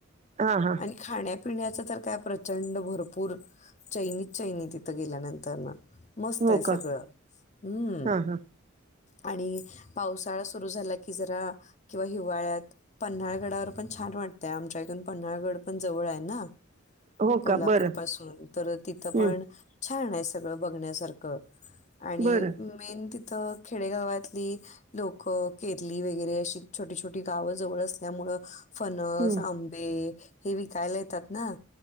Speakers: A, on the right; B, on the left.
A: हा हा
B: आणि खाण्यापिण्याचं तर काय प्रचंड भरपूर चैनीत चैनी तिथं गेल्यानंतर नं मस्तय
A: हो
B: सगळं
A: का
B: हम्म
A: हा हा
B: आणि पावसाळा सुरू झाला की जरा किंवा हिवाळ्यात पन्हाळगडावर पण छान वाटतय आमच्या इथून पन्हाळगड पण जवळय ना
A: हो
B: कोल्हापूर
A: का बरं
B: पासून तर तिथं
A: हं.
B: पण छानय सगळं बघण्यासारखं आणि
A: बरं
B: मेन तिथं खेडेगावातली लोक केरली वगैरे अशी छोटी छोटी गावं जवळ असल्यामुळं फणस,
A: हं.
B: आंबे हे विकायला येतात ना